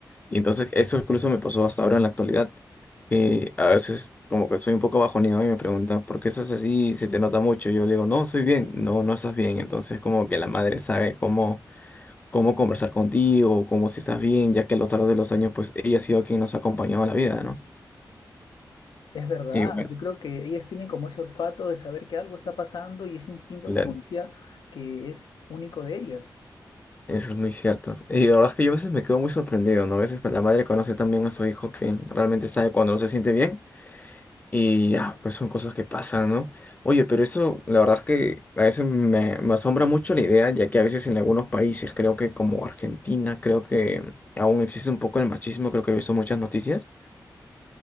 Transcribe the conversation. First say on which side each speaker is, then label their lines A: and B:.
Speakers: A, on the left; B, on the left.
A: Y entonces eso incluso me pasó hasta ahora en la actualidad, que a veces como que soy un poco bajoneado y me pregunta, ¿por qué estás así? ¿Se te nota mucho? Yo le digo, no, estoy bien, no, no estás bien. Entonces como que la madre sabe cómo, cómo conversar contigo, cómo si estás bien, ya que a lo largo de los años pues ella ha sido quien nos ha acompañado a la vida, ¿no?
B: Es verdad,
A: Y bueno,
B: yo creo que ellas tienen como ese olfato de saber que algo está pasando y ese instinto,
A: claro,
B: como decía, que es único de ellas.
A: Eso es muy cierto. Y la verdad es que yo a veces me quedo muy sorprendido, ¿no? A veces la madre conoce también a su hijo que realmente sabe cuando no se siente bien Y ah, pues son cosas que pasan, ¿no? Oye, pero eso, la verdad es que a veces me, me asombra mucho la idea, ya que a veces en algunos países, creo que como Argentina, creo que aún existe un poco el machismo, creo que he visto muchas noticias.